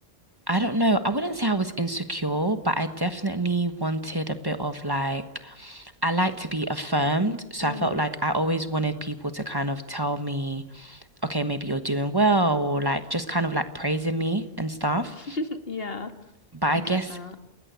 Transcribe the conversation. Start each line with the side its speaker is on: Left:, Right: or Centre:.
Right: I don't know. I wouldn't say I was insecure, but I definitely wanted a bit of like, I like to be affirmed. So
Left: Mm.
Right: I felt like I always wanted people to kind of tell me, okay, maybe you're doing well, or like just kind of like praising me and stuff.
Left: <laughs> Yeah,
Right: But I
Left: I
Right: guess
Left: get that.